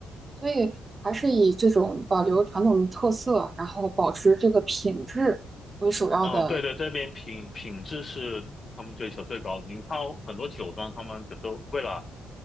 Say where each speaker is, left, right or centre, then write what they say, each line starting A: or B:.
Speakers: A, on the right; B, on the left.
A: 所以还是以这种保留传统特色，
B: 嗯，
A: 然后保持这个品质为首要的。
B: 嗯对对，这边品品质是他们追求最高的。你看很多酒庄，他们就是为了